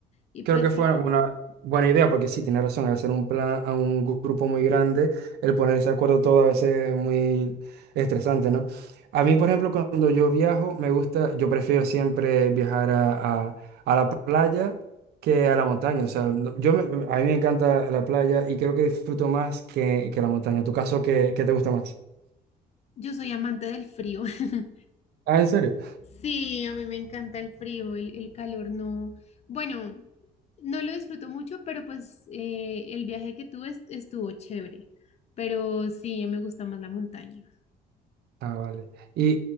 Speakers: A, on the left (about 40°); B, on the right (about 70°).
A: Y
B: Creo
A: pues
B: que fue
A: sí.
B: una buena idea, porque sí, tiene razón, al hacer un plan a un grupo muy grande, el ponerse de acuerdo todo a veces es muy estresante, ¿no? A mí, por ejemplo, cuando yo viajo, me gusta, yo prefiero siempre viajar a, a- a la playa que a la montaña. O sea, no- yo me- a mí me encanta la playa y creo que disfruto más que, que la montaña. ¿En tu caso, qué, qué te gusta más?
A: Yo soy amante del frío. <laughs>
B: Ah, ¿en serio?
A: Sí, a mí me encanta el frío, el, el calor no. Bueno, no lo disfruto mucho, pero pues eh, el viaje que tuve est- estuvo chévere. Pero sí, me gusta más la montaña.
B: Ah, vale. Y,